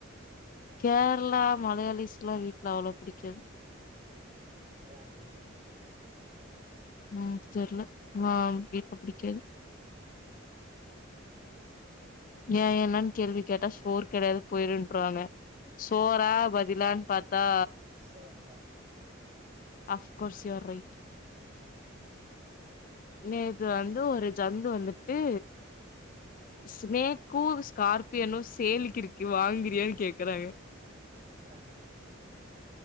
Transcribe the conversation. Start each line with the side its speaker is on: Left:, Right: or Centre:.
Left: கேர்ளா மலையாளிஸ்ல்லா வீட்ல அவ்ளோ புடிக்காது
Right: ஏ அப்படி
Left: ம் தெர்ல ஆ வீட்ல புடிக்காது ஏ என்னன் கேள்வி கேட்டா சோறு கெடயாது போயிருன்ருவாங்க சோற பதிலான் பாத்தா
Right: சோறுதா
Left: அஃப்கோர்ஸ் யுவர் ரைட்
Right: ம்
Left: நேத்து வந்து ஒரு ஜந்து வந்துட்டு ஸ்னேக்கு ஸ்கார்பியனு சேலுக்கு இருக்கு வாங்கிறியான் கேக்கறாங்க
Right: <unintelligible>